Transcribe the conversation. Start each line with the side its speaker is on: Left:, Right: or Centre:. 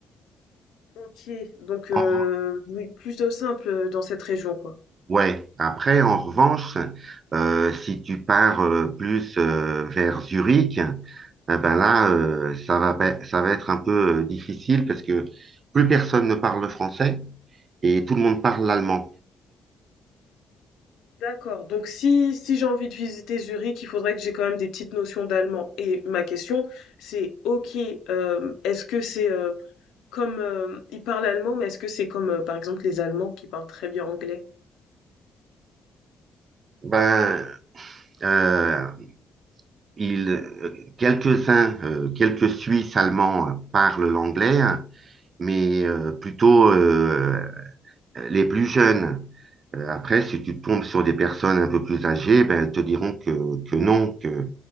Left: Ok, donc
Right: En
Left: euh, oui, plutôt simple euh, dans cette région quoi.
Right: Ouais, après, en revanche, euh, si tu pars euh, plus euh, vers Zurich, eh ben là, euh, ça va, pa- ça va être un peu euh, difficile parce que plus personne ne parle le français et tout le monde parle l'allemand.
Left: D'accord. Donc si si j'ai envie de visiter Zurich, il faudrait que j'ai quand même des petites notions d'allemand. Et ma question, c'est ok, euh, est-ce que c'est euh, comme euh, ils parlent allemand, mais est-ce que c'est comme euh, par exemple les Allemands qui parlent très bien anglais?
Right: Ben, euh, il, euh, quelques-uns, euh, quelques Suisses allemands euh, parlent l'anglais, hein, mais euh, plutôt euh, les plus jeunes. Euh, Après, si tu tombes sur des personnes un peu plus âgées, ben, elles te diront que, que non, que,